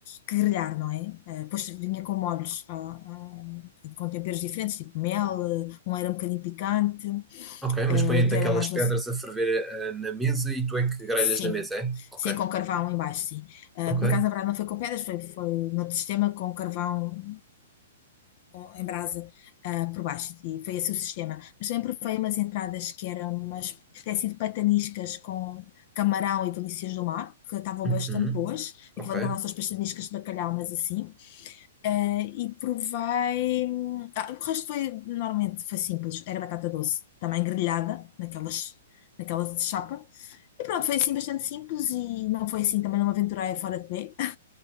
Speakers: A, on the left; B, in the centre.
A: que grelhar, não é? Ah, depois vinha com molhos, ah, ah, com temperos diferentes, tipo mel, eh, um era um bocadinho picante,
B: Ok,
A: ah,
B: mas põem
A: outro
B: daquelas
A: era mais
B: pedras
A: doce.
B: a ferver ah, na mesa e tu é que grelhas
A: Sim,
B: na mesa, é? Ok.
A: sim, com carvão em baixo, sim. Ah,
B: Ok.
A: por acaso, na verdade, não foi com pedras, foi, foi no sistema com carvão com- em brasa ah, por baixo e foi esse o sistema. Mas também provei umas entradas que eram umas espécie de pataniscas com camarão e delícias do mar, que estavam
B: Uhum.
A: bastante boas, e
B: Ok.
A: que equivalente às nossas pataniscas de bacalhau, mas assim. Ah, e provei. ah, o resto foi, normalmente, foi simples. Era batata doce, também grelhada, naquelas, naquela chapa. E pronto, foi assim bastante simples e não foi assim, também não me aventurei fora de B.